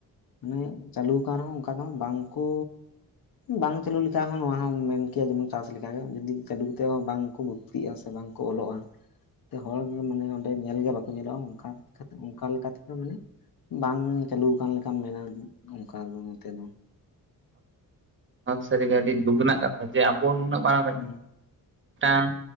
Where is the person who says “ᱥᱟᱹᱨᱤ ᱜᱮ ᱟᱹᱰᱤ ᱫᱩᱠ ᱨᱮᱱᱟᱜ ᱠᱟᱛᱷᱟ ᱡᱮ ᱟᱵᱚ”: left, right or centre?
Right